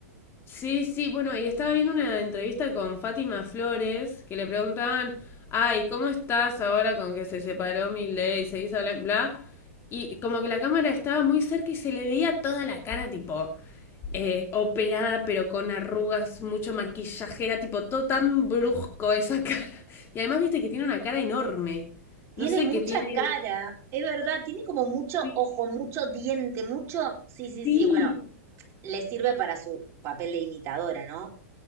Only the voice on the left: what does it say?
Sí, sí, bueno, y estaba viendo una entrevista con Fátima Flores que le preguntaban, ay, ¿cómo estás ahora con que se separó Milei y seguís hablando, bla? bla? Y como que la cámara estaba muy cerca y se le veía toda la cara, tipo, eh, operada, pero con arrugas, mucho maquillaje, era tipo todo tan brusco esa <laughs> cara. Y además, viste que tiene una cara enorme.
No sé
qué tiene.
Sí,
sí.